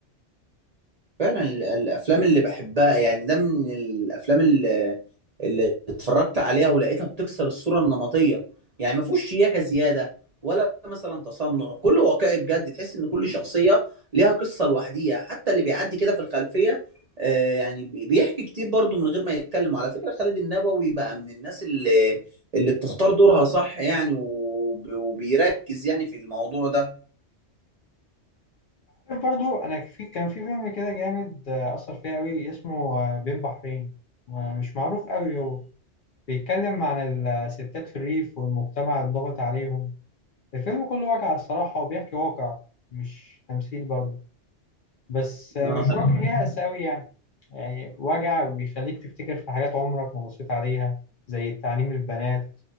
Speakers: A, on the right; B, on the left.
A: فعلا ال- الافلام اللي بحبها يعني ده من الافلام اللي, اللي اتفرجت عليها ولقيتها بتكسر الصوره النمطيه يعني ما فيهوش شياكه زياده ولا مثلا تصنع كله واقعي بجد تحس ان كل شخصيه ليها قصه لوحديها حتى اللي بيعدي كده في الخلفيه آه، يعني بي- بيحكي كتير برضو من غير ما يتكلم وعلى فكره خالد النبوي بقى من الناس اللي اللي بتختار دورها صح يعني وب- وبيركز يعني في الموضوع ده
B: عارف برضو أنا في كان في فيلم كده جامد آه، أثر فيا أوي اسمه آه، بين بحرين آه، مش معروف أوي هو بيتكلم عن الستات في الريف والمجتمع الضاغط عليهم الفيلم كله واقع الصراحة وبيحكي واقع مش تمثيل برضه بس مش
A: آه،
B: وجع ليها أساوي يعني يعني وجع بيخليك تفتكر في حاجات عمرك ما بصيت عليها زي التعليم للبنات